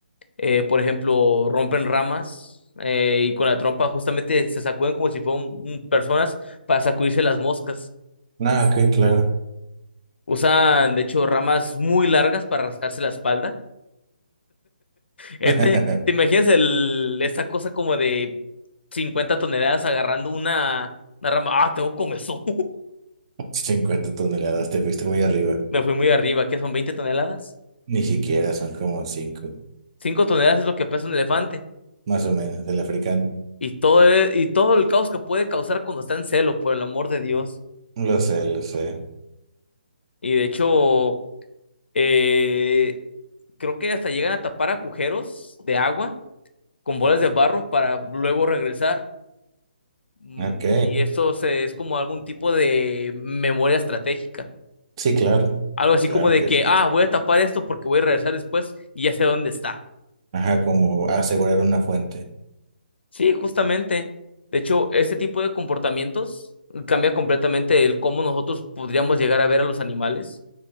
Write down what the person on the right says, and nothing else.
Ah, ok, claro.
<laughs>
cincuenta toneladas, te fuiste muy arriba.
Ni siquiera son como 5,
más o menos, el africano.
Lo sé, lo sé.
Ok.
Sí, claro.
Claro
que
sí.
Ajá, como asegurar una fuente.